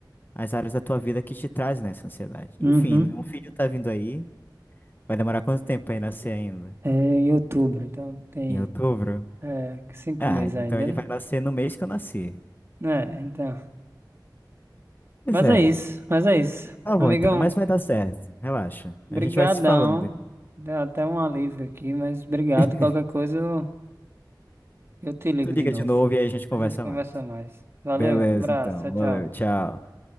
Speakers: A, on the left; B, on the right.
A: as áreas da tua vida que te trazem essa ansiedade. Enfim,
B: Uhum.
A: né? um filho tá vindo aí, vai demorar quanto tempo pra ele nascer ainda?
B: É em outubro, então tem
A: Em outubro?
B: é, cinco
A: Ah,
B: meses
A: então
B: ainda,
A: ele
B: né?
A: vai nascer no mês que eu nasci.
B: É, então.
A: Pois
B: Mas
A: é,
B: é isso, mas é isso.
A: Tá
B: Amigão,
A: bom, então, mas vai dar certo. Relaxa.
B: brigadão.
A: A gente vai se falando.
B: Deu até um alívio aqui, mas obrigado.
A: <laughs>
B: Qualquer coisa eu, eu te ligo
A: Tu
B: de
A: liga
B: novo.
A: de novo e aí a gente conversa
B: A gente conversa
A: mais.
B: mais. Valeu,
A: Beleza,
B: abraço,
A: então.
B: tchau,
A: Valeu,
B: tchau.
A: tchau.